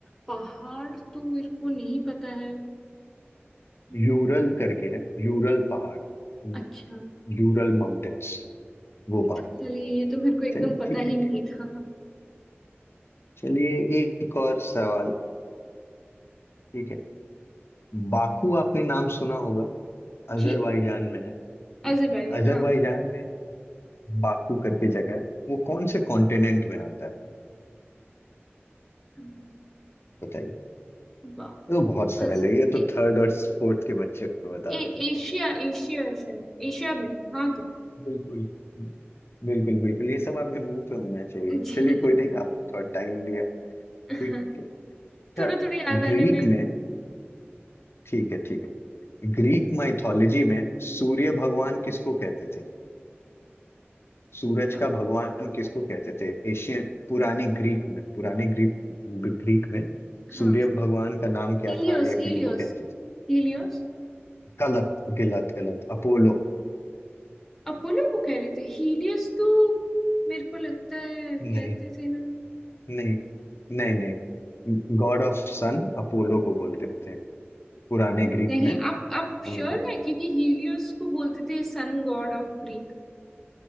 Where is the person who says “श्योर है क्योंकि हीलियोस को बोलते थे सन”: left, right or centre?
Centre